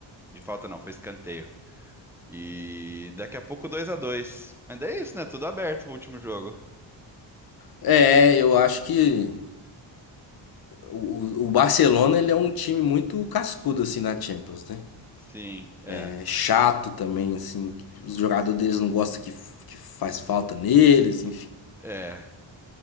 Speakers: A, in the centre; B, on the left.
A: De falta não, foi escanteio. E daqui a pouco dois a dois Mas daí é isso, né? Tudo aberto o último jogo.
B: É, eu acho que o, o Barcelona ele é um time muito cascudo assim na Champions, né?
A: Sim, é.
B: é chato também, assim. Os jogadores deles não gostam que, que faz falta neles, enfim.
A: É,